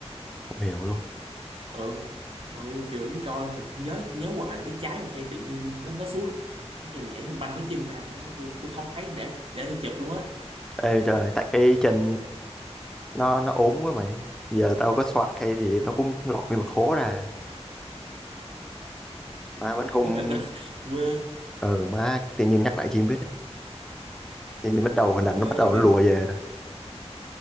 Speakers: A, in the centre; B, on the right.
A: không hiểu luôn
B: ờ mà đi một trường đứng coi mà nhớ nhớ hoài cái trái mà phen tự nhiên nó nó suốt cái phen nhảy phen banh cái chân ra cho nó tôi tôi không thấy để để tôi chụp luôn á
A: Ê trời, tại cái chân nó nó ốm quá mày. Giờ tao có xoạc hay gì nó cũng lọt nguyên một hố ra. Má vẫn không...
B: mới đợt đó <laughs> quê
A: Ừ má, tự nhiên nhắc lại chi không biết. Tự nhiên bắt đầu hình
B: quê
A: ảnh nó bắt đầu
B: thì
A: nó
B: chứ
A: lùa về rồi.